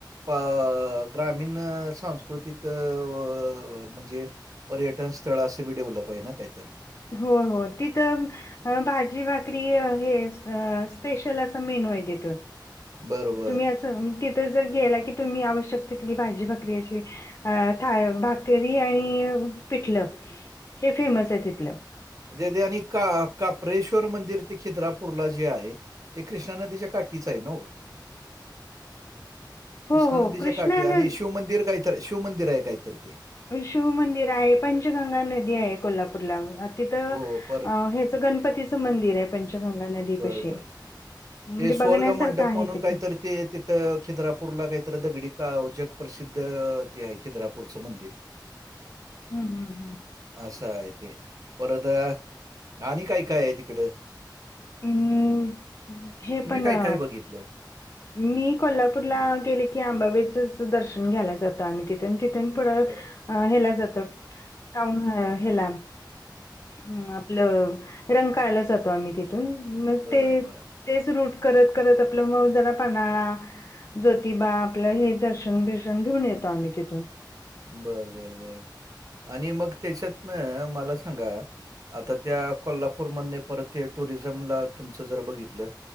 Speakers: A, on the right; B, on the left.
A: प ग्रामीण, सांस्कृतिक त व, म्हणजे पर्यटन स्थळ असं बी डेव्हलप ये ना काहीतर?
B: हो हो तिथं अ भाजी भाकरी य हे स्पेशल असं मेनु आहे, तिथं
A: बरोबर
B: तुम्ही असं म तिथं जर गेला की, तुम्ही आवश्यक तिथली भाजी भाकरी अशी अ, थाय भाकरी आणि पिठलं, हे फेमस ये तिथलं.
A: दे, दैनिका, काप्रेश्वर मंदिर ते खीद्रापूरला जे आहे ते कृष्णा नदीच्या काठीचं आहे नव?
B: <inaudible> हो
A: कृष्णा
B: हो
A: नदीच्या
B: कृष्णा
A: काठी
B: न
A: आणि शिवमंदिर काहीतर, शिवमंदिर आहे काहीतर ते.
B: शिव मंदिर आहे, पंचगंगा नदी आहे, कोल्हापूरला अ तिथं
A: हो, पर
B: अ, हेचं गणपतीचं मंदिर ये पंचगंगा नदी
A: बरं,
B: पशी.
A: बरं.
B: म्हणजे
A: ते स्वर्ग
B: बघण्यासारखं
A: मंडप
B: आहे
A: म्हणून
B: ते पण
A: काहीतर ते तिथं खिद्रापूरला काहीतरी दगडी काव जग प्रसिद्ध, ते हाय खिद्रापूरचं मंदिर.
B: हम्म हम्म हम्म.
A: असं हाय ते, परत अ आणि काय-काय ये तिकडं?
B: हम्, हे
A: तुम्ही
B: पण
A: काय-काय
B: अ
A: बघितलं?
B: मी कोल्हापूरला गेले की, आंबाबाईचंच दर्शन घ्यायला जातो आम्ही तिथून, तिथून पुढ
A: बरं,
B: हेला जातात, टाऊन हेला, अ आपलं रंकाळ्याला जातो आम्ही तिथून, मग
A: बरं,
B: ते
A: बरं.
B: तेच रूट करत-करत आपलं म, जरा पान्हाळा ज्योतिबा आपलं, हे दर्शन-बिर्शन घेऊन येतो आम्ही तिथून.
A: बरं, बरं, बर, आणि मग त्याच्यातणं मला सांगा आता त्या, कोल्हापूरमधनं परत ते टुरिझमला तुमचं जर बघितलं